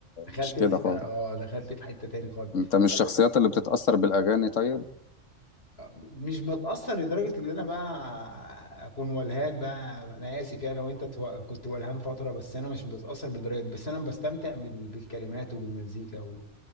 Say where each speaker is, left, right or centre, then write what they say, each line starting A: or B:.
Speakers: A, on the left; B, on the left.
A: دخلت
B: مش كده
A: في
B: خالص
A: اه دخلت في حته تاني خالص
B: انت من الشخصيات
A: طب إيه،
B: اللي بتتاثر بالاغاني طيب
A: مش بتاثر لدرجه ان انا بقى اكون ولهان بقى انا اسف يعني لو انت تو- كنت ولهان فتره بس انا مش بتاثر بالدرجه دي بس انا بستمتع بال- بالكلمات وبالمزيكا و...